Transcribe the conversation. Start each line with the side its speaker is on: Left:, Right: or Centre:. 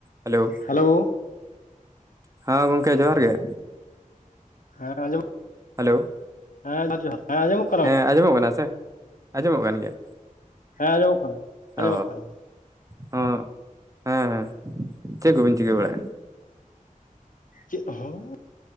Right: Hello
Left: hello
Right: ᱦᱮᱸ ᱜᱚᱢᱠᱮ ᱡᱚᱦᱟᱨ ᱜᱮ᱾
Left: ᱦᱮᱸ ᱟᱡᱚᱢᱚᱜᱼᱼ
Right: ᱦᱮᱞᱳᱼᱼ
Left: ᱦᱮᱸ ᱡᱟᱨ ᱡᱚᱦᱟᱨ ᱦᱮᱸ ᱟᱡᱚᱢᱚᱜ ᱼᱼ
Right: ᱦᱮᱸ ᱟᱸᱡᱚᱢᱚᱜ ᱠᱟᱱᱟ ᱥᱮ ᱟᱸᱡᱚᱢᱚᱜ ᱠᱟᱱ ᱜᱮᱭᱟ᱾
Left: ᱦᱮᱸ ᱟᱸᱡᱚᱢᱚᱜ ᱠᱟᱱᱟ᱾ ᱟᱸᱡᱚᱢᱚᱜ
Right: ᱚ
Left: ᱠᱟᱱ ᱜᱮᱭᱟ
Right: ᱦᱚᱸ ᱦᱮᱸ ᱦᱮᱸ ᱪᱮᱫ ᱠᱚᱵᱮᱱ ᱪᱤᱠᱟᱹ ᱵᱟᱲᱟᱭᱮᱫᱼᱟ?
Left: ᱪᱮᱫ ᱦᱚ ᱵᱟᱝ ᱼᱼ